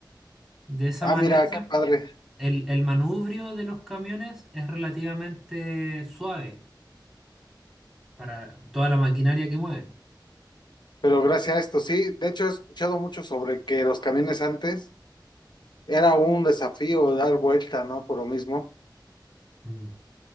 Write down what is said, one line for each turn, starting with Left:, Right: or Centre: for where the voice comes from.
Centre: de esa
Left: Ah,
Centre: manera
Left: mira, qué padre.
Centre: el, el manubrio de los camiones es relativamente suave para toda la maquinaria que mueven.
Left: Pero gracias a esto, sí. De hecho, he escuchado mucho sobre que los camiones antes era un desafío dar vuelta, ¿no? Por lo mismo.
Centre: Mm,